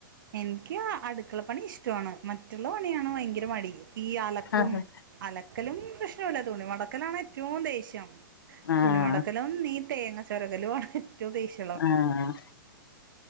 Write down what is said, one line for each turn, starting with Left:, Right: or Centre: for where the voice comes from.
Right: എനിക്ക് അടുക്കളപ്പണി ഇഷ്ട ഇഷ്ടമാണ് മറ്റുള്ള പണിയാണ് ഭയങ്കര മടി ഈ അലക്കും
Left: അതെ
Right: അലക്കലും പ്രശ്നമില്ലാത്തോണി മടക്കലാണ് ഏറ്റവും ദേഷ്യം
Left: ആഹ്
Right: തുണിമടക്കലും ഈ തേങ്ങ ചുരകലും ആണ് ഏറ്റവും ദേഷ്യം
Left: ആഹ് ആഹ്